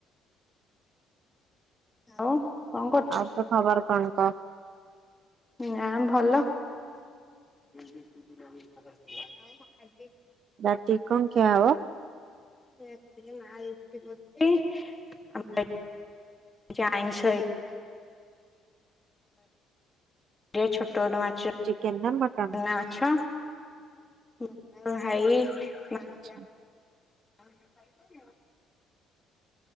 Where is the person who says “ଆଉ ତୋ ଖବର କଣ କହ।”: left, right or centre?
Right